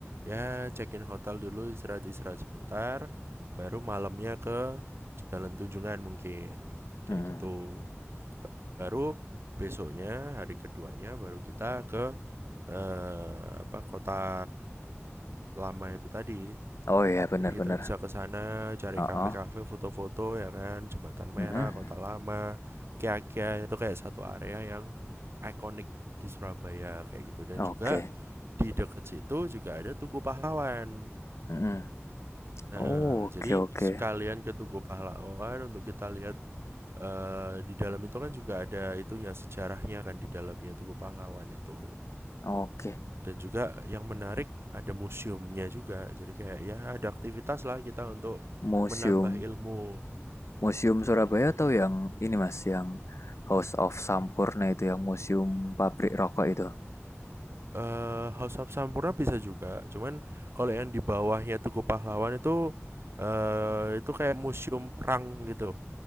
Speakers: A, on the right (about 55°); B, on the left (about 70°).
A: ya check-in hotel dulu istirahat-istirahat sebentar baru malamnya ke Jalan Tunjungan mungkin. Kayak
B: Hmm,
A: gitu. Ba- Baru besoknya hari keduanya baru kita ke eh apa kota lama itu tadi.
B: oh iya benar-benar,
A: Jadi kita bisa ke sana cari
B: heeh,
A: kafe-kafe, foto-foto ya kan, Jembatan
B: mhm.
A: Merah, Kota Lama, Kia-kia itu kayak satu area yang ikonik di Surabaya kayak gitu dan
B: Oke,
A: juga di dekat situ juga ada Tugu Pahlawan.
B: mhm.
A: Nah,
B: Oh, oke
A: jadi
B: oke.
A: sekalian ke Tugu Pahlawan untuk kita lihat eh, di dalam itu kan juga ada itunya sejarahnya kan di dalamnya Tugu Pahlawan itu
B: Oke.
A: dan juga yang menarik ada museumnya juga jadi kayak ya ada aktivitas lah kita untuk
B: Museum
A: menambah ilmu
B: Museum
A: kayak
B: Surabaya
A: gitu
B: atau yang ini Mas, yang House of Sampurna itu yang museum pabrik rokok itu?
A: eh House of Sampurna bisa juga cuman kalau yang di bawahnya Tugu Pahlawan itu eh itu kayak museum perang gitu